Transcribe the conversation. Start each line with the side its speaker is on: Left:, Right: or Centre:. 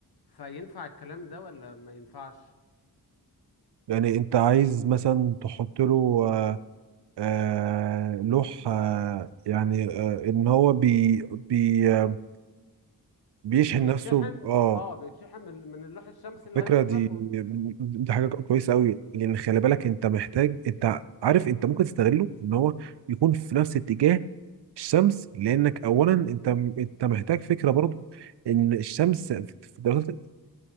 Left: فينفع الكلام ده ولا ما ينفعش
Right: يعني انت عايز مثلا تحط له آه، آه، لوح آه، يعني آه، ان هو بي بي آه، بيشحن
Left: بيتشحن
Right: نفسه ب- اه
Left: اه بيتشحن من من اللوح الشمسي
Right: الفكره
Left: اللي هينضفه
Right: دي دي حاجه كويسه قوي لان خلي بالك انت محتاج انت عارف انت ممكن تستغله ان هو يكون في نفس اتجاه الشمس لانك اولا انت انت محتاج فكره برضو ان الشمس في الدرجات